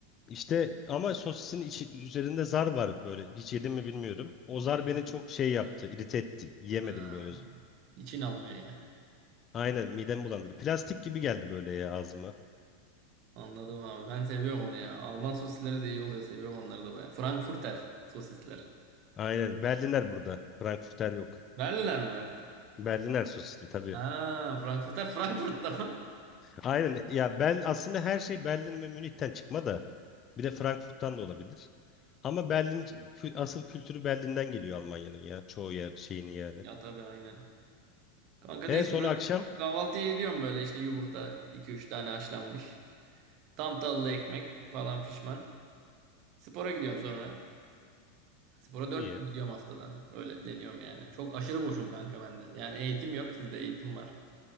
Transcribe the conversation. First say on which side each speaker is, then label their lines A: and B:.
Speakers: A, on the left; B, on the right.
A: İşte ama sosisin içi, üzerinde zar var böyle. Hiç yedim mi bilmiyorum. O zar
B: Yedim.
A: beni çok şey yaptı, irite etti. Yiyemedim
B: Ha.
A: böyle.
B: İçin almıyor yani.
A: Aynen midem bulandırdı. Plastik gibi geldi böyle ya ağzıma.
B: Anladım abi. Ben seviyorum onu ya. Alman sosisleri de iyi oluyor. Seviyorum onları da bayağı. Frankfurter sosisler.
A: Aynen Berliner burada. Frankfurter yok.
B: Berliner mi var?
A: Berliner sosisli tabii.
B: Ha, Frankfurter Frankfurt'ta mı? <laughs>
A: Aynen ya Bel aslında her şey Berlin ve Münih'ten çıkma da bir de Frankfurt'tan da olabilir. Ama Berlin kü- asıl kültürü Berlin'den geliyor Almanya'nın ya. Çoğu yer şeyini yani.
B: Ya tabii aynen. Kanka
A: E
B: neyse
A: sonra
B: böyle
A: akşam?
B: kahvaltıyı ediyorum böyle işte yumurta iki üç tane haşlanmış. Tam tahıllı ekmek falan pişman. Spora gidiyorum sonra. Spora dört
A: İyi.
B: gün gidiyorum haftada. Öyle deniyorum yani. Çok aşırı boşum kanka bende. Yani eğitim yok. Sizde eğitim var.